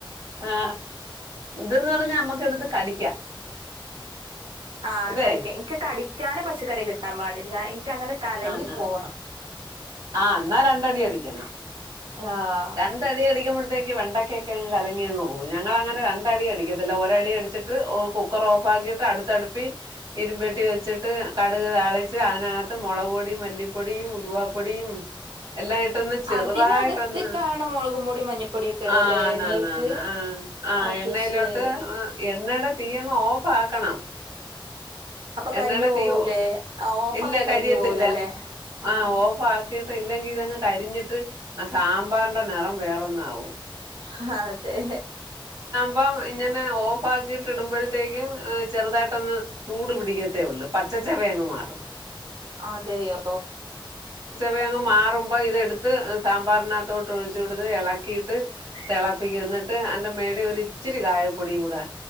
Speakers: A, on the right; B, on the right.
A: ആ ഇതന്ന് പറഞ്ഞാ നമ്മക്ക എടുത്ത് കടിക്കാം
B: ആഹ്
A: ഇതേ
B: കടിക്കാൻ എനിക്ക് കടിക്കാനും പച്ചക്കറി കിട്ടാൻ പാടില്ല അങ്ങനെ കലങ്ങി
A: ആ ആ ആ
B: പോവണം
A: ആ എന്നാ രണ്ടടി അടിക്കണ
B: ആഹ്
A: രണ്ട അടി അടിക്ക്പഴത്തേ വെണ്ടക്കൊക്കെങ്ങ് കലങ്ങിയങ്ങ് പോയി ഞങ്ങൾങ്ങനെ രണ്ട അടി അടിക്കത്തില്ല ഒരടി അടിച്ചിട്ട് കുക്കർ ഓഫാക്കി അടുത്തടുപ്പി ഇരുമ്പെട്ടി വെച്ചിട്ട് കടുക് താളിച്ച് അതിനകത്ത് മുളക് പൊടിയും മല്ലിപ്പൊടിയും ഉൽവാപ്പൊടിയും എല്ലായിട്ടൊന്ന് ചെറുതായിട്ടൊന്ന്
B: അതിനകത്തേക്കാണ് മുളകും പൊടി മഞ്ഞപ്പൊടിയൊക്കെ ഇടല്ലേ
A: ആനാനന്ന
B: എണ്ണേക്ക്
A: ആ ആ
B: അത്
A: എണ്ണയിലോട്ട്
B: ശരി
A: എണ്ണയുടെ തീയങ്ങ് ഓഫ് ആക്കണം
B: അപ്പൊ
A: എണ്ണയുടെ
B: കരിഞ്ഞു പോകൂലേ
A: തീയോ
B: ഓഫ്
A: ഇല്ല
B: കരിഞ്ഞു
A: കരിയത്തില്ല
B: പോവൂലല്ലേ ആഹ്
A: ആ ഓ ട്ട് ഇല്ലെങ്കിൽ ഇതങ്ങ് കരിഞ്ഞിട്ട് ആ സാമ്പാറിന്റെ നിറം വേറൊന്നാവും
B: അ അതെ
A: ഇപ്പം ഇങ്ങനെ ഓഫ് ആക്കിട്ട ഇടുമ്പോഴത്തേക്കും ചെറുതായിട്ടൊന്ന് ചൂട് പിടിക്കത്തേ ഉള്ളൂ പ ച്ച വങ്ങങ് മാറും
B: അതെയോ
A: വേ മാറുമ്പോ ഇതെടുത്ത് സാമ്പാറിനകത്തോട്ട് ഒഴിച്ചു കൊടുത്ത് ഇളക്കിയിട്ട് തിളപ്പിക്ക ചെന്നിട്ട് എന്റെ മേള ഒരു ഇച്ചിരി കായപ്പൊടിയും കൂട